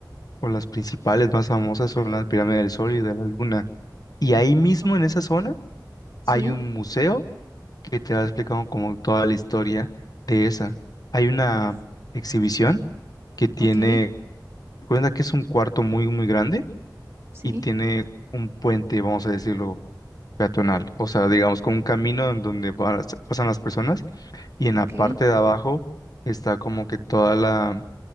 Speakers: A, on the left (about 55°); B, on the right (about 35°).
A: o las principales más famosas son las pirámides del Sol y de la Luna. Y ahí mismo
B: Oh,
A: en esa zona
B: sí,
A: hay un museo que te va explicando como toda la historia de esa. Hay una
B: uf,
A: exhibición que tiene,
B: ok,
A: cuenta que es un cuarto muy, muy grande
B: sí,
A: y tiene un puente, vamos a decirlo, peatonal, o sea, digamos, con un camino en donde van las- pasan las personas y en
B: ok,
A: la parte de abajo está como que toda la